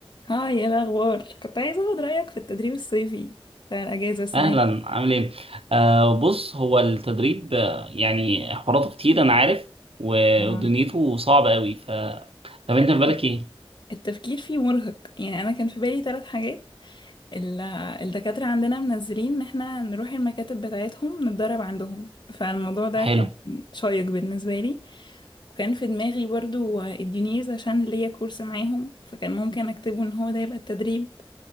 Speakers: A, on the left; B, on the right.
A: هاي ايه الاخبار كنت عايزه اخد رايك في التدريب الصيفي بتاع الاجازه السنه
B: اهلا
A: دي
B: عامل ايه آه بص هو التدريب آه، يعني حواراته كتير انا عارف و-
A: آه.
B: ودنيته صعبه قوي ف طب انت
A: لا،
B: في بالك ايه
A: التفكير فيه مرهق يعني انا كان في بالي ثلاث حاجات ال- الدكاتره عندنا منزلين ان احنا نروح المكاتب بتاعتهم نتدرب عندهم فالموضوع ده
B: حلو
A: كان شيق بالنسبه لي وكان في دماغي برضو الديونيز عشان ليا كورس معاهم فكان ممكن اكتبه ان هو ده يبقى التدريب